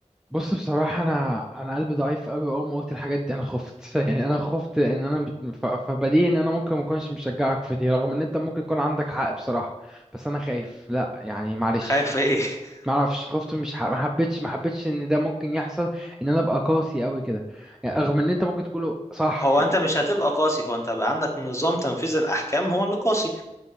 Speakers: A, in the centre; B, on the left.
A: بص بصراحة أنا أنا قلبي ضعيف أوي أول ما قلت الحاجات دي أنا خفت <laughs> يعني أنا خفت إن أنا ف- فبديهي إن أنا ممكن ما أكونش مشجعك في دي رغم إن أنت ممكن يكون عندك حق بصراحة بس أنا خايف لأ يعني معلش
B: خايف ايه <laughs>
A: ما اعرفش خفت مش ح... ما حبيتش ما حبيتش ان ده ممكن يحصل ان انا ابقى قاسي قوي كده يعني رغم ان انت ممكن تقوله صح
B: هو
A: يعني.
B: انت مش هتبقى قاسي هو انت بقى عندك نظام تنفيذ الاحكام هو اللي قاسي